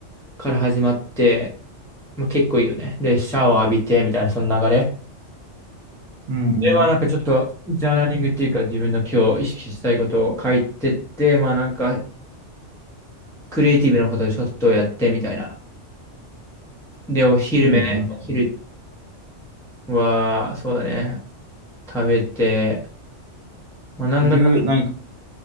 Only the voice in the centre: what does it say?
から始まって、まあ結構いいよね。で、シャワー浴びてみたいなその流れ。
で、まあなんかちょっと、ジャーナリングっていうか自分の今日意識したいことを書いてって、まあなんか、クリエイティブなことをちょっとやってみたいな。で、お昼目、
お昼は、そうだね、食べて、まあなんだか、